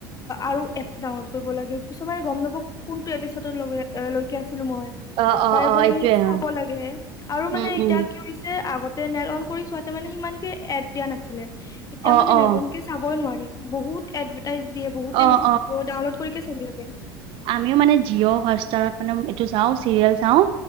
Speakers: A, on the left; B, on the right.
A: আৰু এপ ডাউনলোড কৰিব লাগে পিছ মানে গম ন কোনটো এপিচডতে লৈকে আছে <unintelligible>
B: অ', অ', অ', এইটোয়ে
A: চাব
B: হয়।
A: লাগে আৰু মানে
B: উম,
A: এতিয়া
B: উম।
A: কি হৈছে আগত তে নেট অন কৰি চোৱাতে মানে সিমান কে এড দিয়া নাছিলে এতিয়া
B: অ',
A: মানে
B: অ',
A: নেট অন কে চাবয়ে নোৱাৰি। বহুত এডভাৰটাইজ দিয়ে বহুতে
B: অ',
A: বেছি ডাউনলোড কৰিকে চাব লাগে।
B: আমিয়ো মানে জিঅ' হটষ্টাৰত মানে এইটো চাওঁ চিৰিয়েল চাওঁ